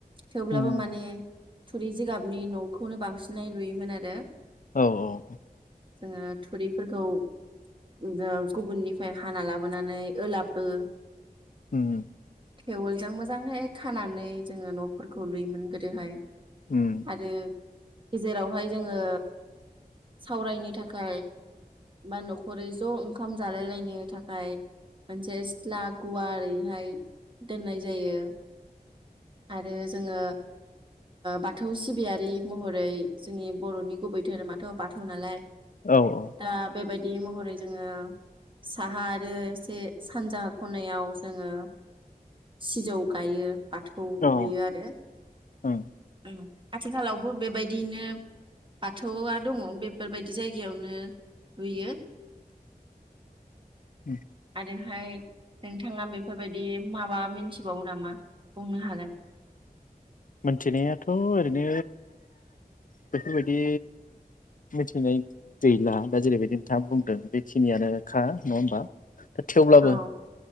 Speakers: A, on the right (about 35°); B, on the left (about 60°).
A: थेवब्लाबो
B: उम
A: माने थुरि जिगाबनि न'खौनो बांसिनै नुयोमोन आरो।
B: औ औ
A: जोङो थुरिफोरखौ <inaudible> गुबुननिफ्राय हाना लाबोनानै ओलाबबो
B: उम
A: थेवलजों मोजांहाय खानानै जोङो न'फोरखौ लुयोमोन गोदोहाय।
B: उम
A: आरो गेजेरावहाय जोङो सावरायनो थाखाय बा न'खरै ज' ओंखाम जालायलायनो थाखाय मोनसे सिथ्ला गुवार ओरैहाय दोननाय जायो। आरो जोङो बाथौ सिबियारि महरै जोंनि बर'नि गुबै धोरोमाथ' बाथौ नालाय
B: औ औ
A: दा बे बाइ बे महरै जोङो साहा आरो एसे सानजाहा खनायाव जोङो सिजौ गायो। बाथौ
B: औ
A: लुयो आरो
B: उम
A: <inaudible> आथिखालावबो बेबायदिनो बाथौआ दङ बेफोरबायदि बिदि जायगायावनो नुयो।
B: <unintelligible>
A: ओरैहाय नोंथाङा बेफोरबायदि माबा मिथिबावो नामा? बुंनो हागोन।
B: मिथिनायाथ' ओरैनो बेफोरबायदि मिथिनाय गैला दा जेरैबायदि नोंथाङा बुंदों बेखिनियानोखा नङा होमबा। थेवब्लाबो
A: औ